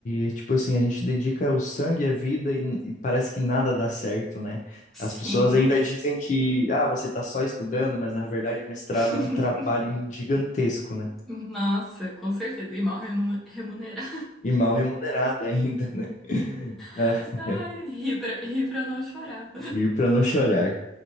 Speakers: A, on the left; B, in the centre.
A: e, tipo assim, a gente dedica o sangue e a vida e, e parece que nada dá certo, né?
B: Sim.
A: As pessoas ainda dizem que, ah, você está só estudando, mas na verdade o mestrado
B: <laughs>
A: é um trabalho gigantesco, né?
B: Nossa, com certeza. E mal remu- remunerado.
A: E mal remunerado ainda, né? <laughs> É.
B: <laughs> Ai, ri pra, ri pra não chorar.
A: Ir pra não chorar.